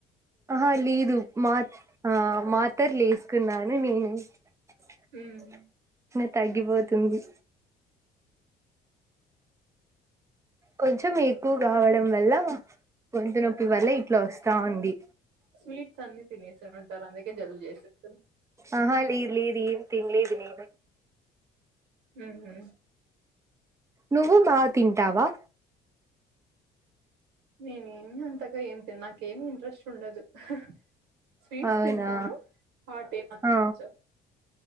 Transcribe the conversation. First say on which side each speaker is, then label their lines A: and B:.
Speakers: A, on the right; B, on the right.
A: ఆహా లేదు మాత్ ఆ మాత్రర్ లేసుకున్నాను నేను
B: మ్మ్.
A: తగిపోద్ తుంది కొంచం మీ ఎక్కువ కావడం వల్ల గొంతు నొప్పి వల్ల ఇట్లా వస్తా ఉంది
B: స్వీట్స్ అన్ని తినేసి ఉంటారు అందుకే జలుబు చేసింటుంది
A: ఆహా లేదు లేదు ఏం తినలేదు నేను
B: ఉహు
A: నువ్వు బా తింటావా
B: నేన్ <unintelligible> త్తగా ఏ నాకేమి ఇంట్రెస్ట్ ఉండదు. హా స్వీట్స్
A: అవునా
B: తింటాను హాట్ ఏం అంత
A: ఆ
B: నచ్చావ్